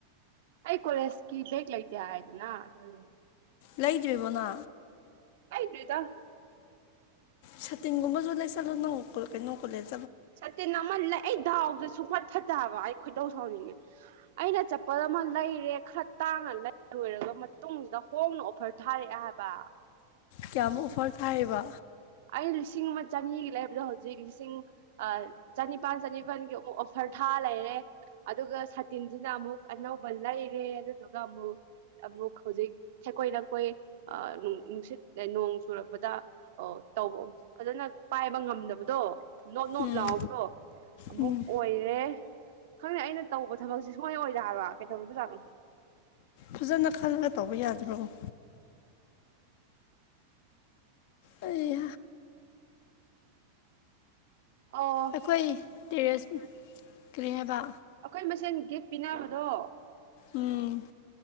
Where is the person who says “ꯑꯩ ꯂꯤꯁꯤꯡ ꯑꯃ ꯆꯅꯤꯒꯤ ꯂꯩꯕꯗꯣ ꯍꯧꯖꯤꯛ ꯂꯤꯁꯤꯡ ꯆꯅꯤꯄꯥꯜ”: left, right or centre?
Right